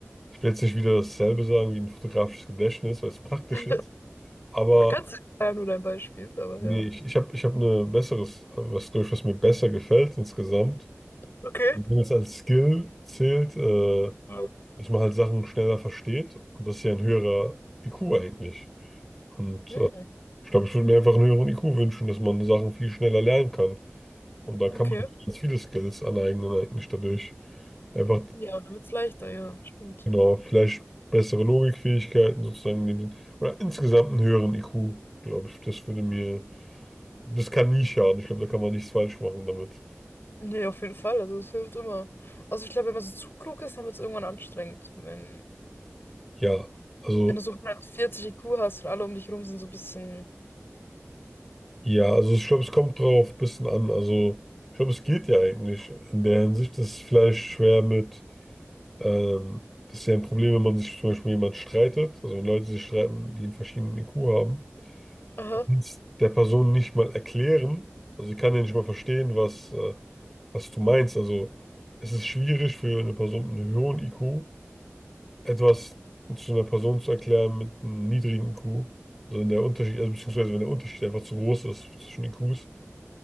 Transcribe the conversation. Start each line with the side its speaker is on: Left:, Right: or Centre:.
Centre: ich will jetzt nicht wieder dasselbe sagen wie ein fotografisches Gedächtnis, weil es praktisch
Left: <laughs>
Centre: ist, aber
Left: Kannst du ja nur dein Beispiel, aber
Centre: nee,
Left: ja.
Centre: ich, ich habe ich hab eine besseres, äh, was glaube ich, was mir besser gefällt insgesamt.
Left: Okay.
Centre: Und Wenn es als Skill zählt, äh,
Left: Ja.
Centre: dass man halt Sachen schneller versteht und das ist ja ein höherer IQ eigentlich. Und
Left: Hm,
Centre: äh, Ich glaube, ich würde mir einfach einen höheren IQ wünschen, dass man Sachen viel schneller lernen kann. Und da kann
Left: okay.
Centre: man ganz viele Skills aneignen, eigentlich dadurch. Einfach,
Left: Ja, dann wird's leichter, ja, stimmt.
Centre: genau, vielleicht bessere Logikfähigkeiten sozusagen in dem Sinn. Oder insgesamt einen höheren IQ, glaube ich. Das würde mir, das kann nie schaden. Ich glaube, da kann man nichts falsch machen damit.
Left: Nee, auf jeden Fall. Also es hilft immer. Also ich glaube, wenn man so zu klug ist, dann wird es irgendwann anstrengend. Wenn
Centre: Ja, also,
Left: Wenn du so 140 IQ hast und alle um dich rum sind so ein bisschen,
Centre: ja, also ich glaube, es kommt drauf ein bisschen an. Also, ich glaube, es geht ja eigentlich in der Hinsicht, dass es vielleicht schwer mit Ähm, das ist ja ein Problem, wenn man sich zum Beispiel jemand streitet, also wenn Leute sich streiten, die einen verschiedenen IQ haben,
Left: aha,
Centre: du kannst der Person nicht mal erklären, also sie kann ja nicht mal verstehen, was, äh, was du meinst. Also es ist schwierig für eine Person mit einem hohen IQ etwas zu einer Person zu erklären mit einem niedrigen IQ. Also wenn der Unterschied, also beziehungsweise wenn der Unterschied einfach zu groß ist zwischen IQs,